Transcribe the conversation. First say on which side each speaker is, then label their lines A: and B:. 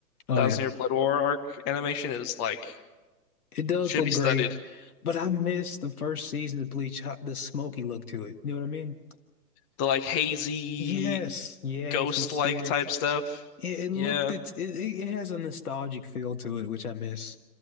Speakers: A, on the left; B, on the left.
A: Oh
B: Thousand
A: yeah.
B: Year Blood War arc animation is like
A: It does
B: should
A: look
B: be studied.
A: great, but I miss the first season of Bleach, how, the smoky look to it. You know what I mean?
B: The like hazy
A: Yes, yes,
B: ghost-like
A: Mysterio.
B: type stuff.
A: It, it looked
B: Yeah.
A: it, it it has a nostalgic feel to it, which I miss.